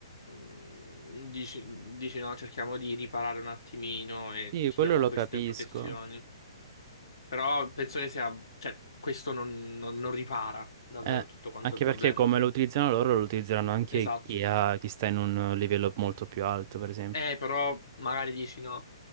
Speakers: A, on the left; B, on the right.
A: mm, dici, dici no, cerchiamo di riparare un attimino e
B: Sì,
A: ti
B: quello
A: diamo
B: lo
A: queste
B: capisco.
A: protezioni. Però penso che sia, cioè, questo non, non- non ripara davvero
B: Eh,
A: tutto quanto
B: anche
A: il problema.
B: perché come lo utilizzano loro, lo utilizzeranno anche
A: Esatto.
B: chi ha- chi sta in un livello molto più alto, per esempio.
A: Eh, però magari dici no,